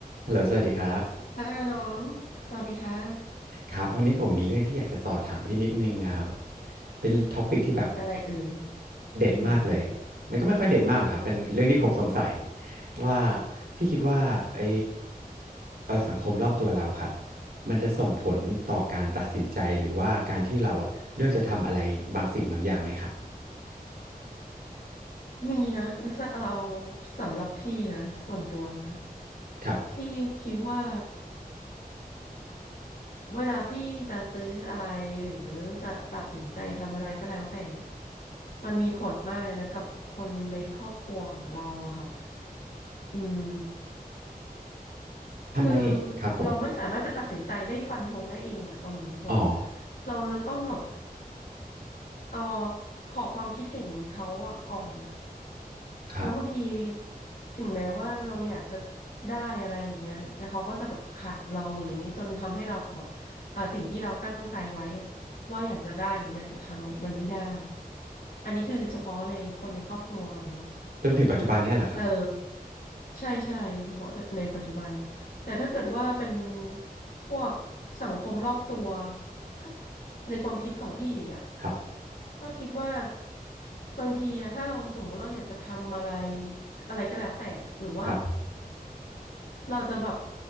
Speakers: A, on the right; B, on the left.
A: ฮัลโหลสวัสดีครับ
B: ค่ะน้องสวัสดีค่ะ
A: ครับวันนี้ผมมีเรื่องที่อยากจะสอบถามพี่นิดนึงอะครับเป็นท็อปิกที่แบบ
B: อะไรเอ่ย
A: เด็ดมากเลยมันก็ไม่ค่อยเด็ดมากหรอกครับเป็นเรื่องที่ผมสงสัย
B: อืม
A: ว่าพี่คิดว่าไอเอ่อสังคมรอบตัวเราครับมันจะส่งผลต่อการตัดสินใจหรือว่าการที่เราอะเลือกจะทำอะไรบางสิ่งบางอย่างไหมครับ
B: มีนะแล้วจะเอาสำหรับพี่นะส่วนตัวนะ
A: ครับ
B: พี่คิดว่าเวลาพี่จะซื้ออะไรหรือจะตัดสินใจทำอะไรก็แล้วแต่มันมีผลมากเลยนะกับคนในครอบครัวของเราอะค่ะอืม
A: ทำไมครับผม
B: คือเราไม่สามารถจะตัดสินใจได้ฟันธงได้เองอะเอางี้ดีกว่า
A: อ๋อ
B: เราจะต้องแบบ เออขอความคิดเห็นเขาอะก่อนอะ
A: ครับ
B: แล้วบางทีถึงแม้ว่าเราอยากจะได้อะไรอย่างเงี้ยแต่เขาก็จะแบบขัดเราหรืออย่างเงี้ยจนทำให้เราแบบอ่าสิ่งที่เราตั้งใจไว้อะว่าอยากจะได้หรืออยากจะทำเนี่ยมันไม่ได้อันนี้คือเฉพาะในคนในครอบครัวก่อนเนาะ
A: จนถึงปัจจุบันเนี้ยแหละครับ
B: เออใช่ใช่เฉพาะในปัจจุบันแต่ถ้าเกิดว่าเป็นพวกสังคมรอบตัวถ้าในความคิดของพี่อีกอะ
A: ครับ
B: ก็คิดว่าบางทีอะถ้าเราสมมติเราอยากจะทำอะไรอะไรก็แล้วแต่หรือว่า
A: ครับ
B: เราจะแบบ